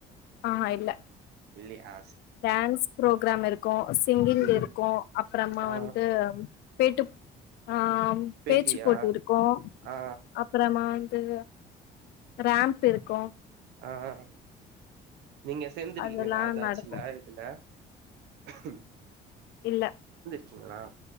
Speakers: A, on the left (about 75°); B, on the right (about 80°).
A: ஆஹா இல்ல
B: இல்லியா
A: டான்ஸ் ப்ரோக் கிரம் இருக்கு ஸ் சிங்கிங்
B: ம்
A: இருக்கு அப்றமா
B: ஆ
A: வந்து பேட்டு ஆ
B: பேட்டியா
A: பேச்சு போட்டி இருக்கு
B: ஆ
A: அப்றமா அ ராம்ப் இருக்கு
B: ஆஹ் நீங்க சேந்துருக்கீங்களா
A: அதெல்லா
B: ஏதாச்சுல
A: நடக்கு
B: இதுல <inaudible>
A: இல்ல
B: க்கிங்களா